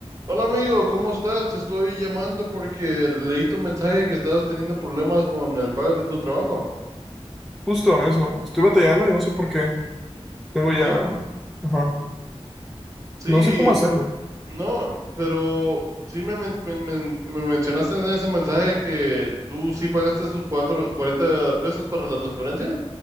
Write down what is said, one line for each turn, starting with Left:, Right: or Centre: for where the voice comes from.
Right: Hola amigo, ¿cómo estás? Te estoy llamando porque leí tu mensaje que estabas teniendo problemas con el pago de tu trabajo.
Centre: Justo eso. Estoy batallando y no sé por qué. Tengo ya.
Right: Sí,
Centre: Ajá.
Right: Sí,
Centre: No sé cómo hacerle.
Right: no, pero sí me, men- me- me- me mencionaste en ese mensaje que tú sí pagaste esos cuatro, 40 pesos para la transferencia.